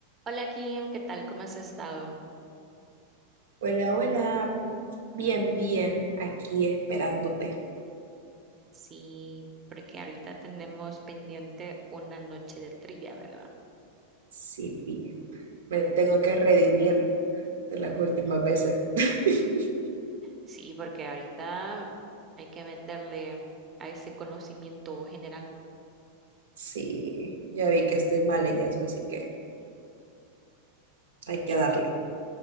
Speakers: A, on the right; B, on the right.
A: Hola Kim, ¿qué tal? ¿Cómo has estado?
B: Hola, hola. Bien, bien, aquí esperándote.
A: Sí, porque ahorita tenemos pendiente una noche de trivia, ¿verdad?
B: Sí, bien. Me tengo que redimir de las últimas veces. <laughs>
A: Sí, porque ahorita hay que meterle a ese conocimiento general.
B: Sí, ya vi que estoy mal en eso, así que hay que
A: Yo-
B: darle.